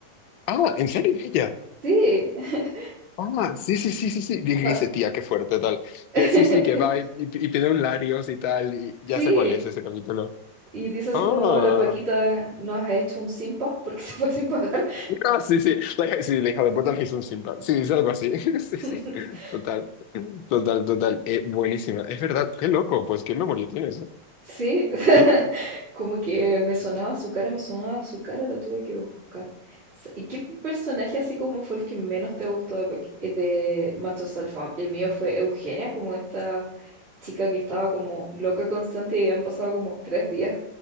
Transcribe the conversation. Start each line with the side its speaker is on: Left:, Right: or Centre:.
Left: Ah, ¿en serio es ella?
Right: Sí, <laughs>
Left: Ah, sí, sí, sí, sí, sí. Dije,
Right: a-
Left: dice, tía, qué fuerte, tal.
Right: <laughs>
Left: Que sí, sí, que va y, y- y pide un Larios y tal. Y
Right: sí,
Left: ya sé cuál es ese capítulo.
Right: y dice así
Left: Ah,
Right: como la Paquita nos ha hecho un simpa porque <laughs> se fue sin pagar.
Left: ah, sí, sí. La, sí, la hija de puta le hizo un Simba. Sí, es algo así. <laughs> Sí, sí.
Right: <laughs>
Left: Total. Total, total. Eh, buenísima. Es verdad. Qué loco. Pues qué memoria tienes, eh?
Right: Sí, <laughs>
Left: Sí.
Right: como que me sonaba su cara, me sonaba su cara, la tuve que buscar. S- ¿Y qué personaje así como fue el que menos te gustó de, Paki- eh, de Machos Alfa? El mío fue Eugenia, como esta chica que estaba como loca constante y habían pasado como tres días.